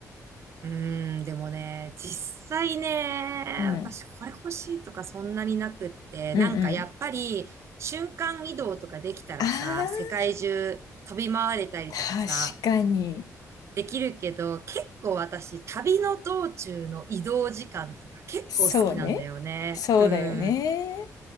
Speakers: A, on the right; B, on the left.
A: うーん、でもね、実際ね、
B: うん。
A: 私これ欲しいとかそんなになくって、
B: うんうん。
A: なんかやっぱり瞬間移動とかできたらさ、
B: ああ、
A: 世界中飛び回れたりとかさ、
B: 確かに。
A: できるけど、結構私旅の道中の移動時間とか結構好きなんだよね。
B: そうね。そうだよね。
A: うん。